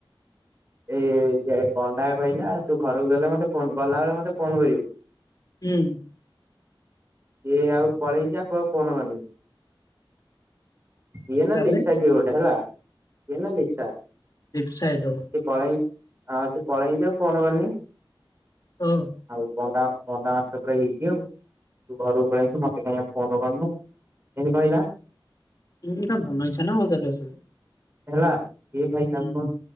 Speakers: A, on the right (about 30°); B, on the left (about 45°).
A: ଏଇ ଏ ପଣ୍ଡା କହିଲା ତୁ ଘରୁକୁ ଗଲେ ମତେ ଫୋନ କ ଗଲାବେଳେ ମତେ ଫୋନ୍ କରିବୁ।
B: ହୁଁ
A: ଏ ଆଉ ପଳେଇଯା କ ଆଉ ଫୋନ କରିନି। ଇଏ ନା
B: ତାପରେ
A: ଲିପ୍ସା କିଏ ଗୋଟେ ହେଲା। ଏ ହେଲା ଲିପ୍ସା।
B: ଲିପ୍ସା ହେଇଥବ
A: ସେ ପଳେଇ ହଁ ସେ ପଳେଇଚି ଆଉ ଫୋନ କରିନି। <inaudible>
B: ଓ
A: ଆଉ ପଣ୍ଡା ପଣ୍ଡା ମାଷ୍ଟର ପୁରା ହିଟ ଆଉ ତୁ ଘରକୁ ପଳେଇଚୁ ମତେ କାଇଁ ଆଉ ଫୋନ କରିନୁ ଏମିତି କହିଲା।
B: ଉ ତା ମନ ଇଛା ନା କଣ ଚାଲିବ ସବୁ
A: ହେଲା ଏ ଭାଇ ତାକୁ
B: ହୁଁ
A: କଅ